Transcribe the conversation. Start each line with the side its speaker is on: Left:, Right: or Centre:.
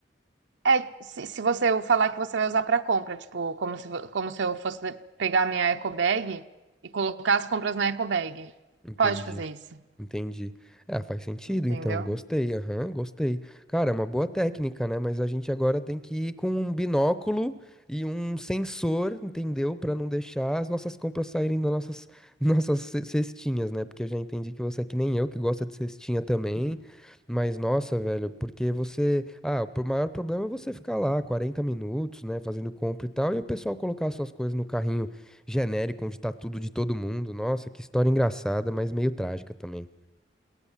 Right: É, se, se você falar que você vai usar pra compra, tipo, como se, vo- como se eu fosse de- pegar minha eco bag e colocar as compras na eco bag.
Centre: Entendi.
Right: Pode fazer isso,
Centre: Entendi. Ah, faz sentido,
Right: entendeu?
Centre: então. Gostei, aham, gostei. Cara, é uma boa técnica, né? Mas a gente agora tem que ir com um binóculo e um sensor, entendeu? Pra não deixar as nossas compras saírem das nossas, <laughs> nossas ce- cestinhas, né? Porque eu já entendi que você é que nem eu, que gosta de cestinha também. Mas, nossa, velho, porque você. Ah, o pro- maior problema é você ficar lá 40 minutos, né? Fazendo compra e tal, e o pessoal colocar suas coisas no carrinho genérico, onde tá tudo de todo mundo. Nossa, que história engraçada, mas meio trágica também.